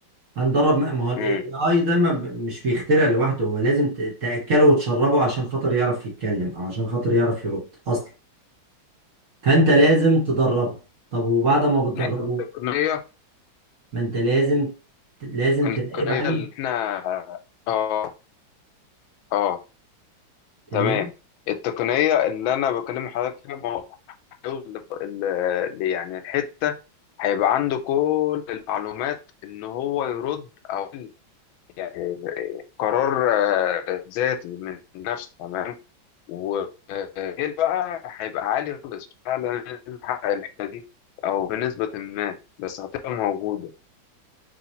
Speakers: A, on the right; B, on the left.
A: هندرب ما هو الاي
B: مم.
A: اي ده ما ب- مش بيخترع لوحده هو لازم ت- تاكله وتشربه عشان خاطر يعرف يتكلم او عشان خاطر يعرف يرد اصلا فانت لازم تدربه طب وبعد ما بتدربه
B: التقنية
A: ما انت لازم لازم
B: التقنية
A: تراقب عليه
B: اللي احنا اه اه
A: تمام
B: تمام التقنية اللي انا بكلم حضرتك فيها ما هو حلول ل- ل- ل- يعني الحتة هيبقى عنده كل المعلومات ان هو يرد او يعني قرار آه، ذاتي من نفسه تمام وغير بقى هيبقى عالي خالص فعلا نحقق الحته دي او بنسبه ما بس هتبقى موجوده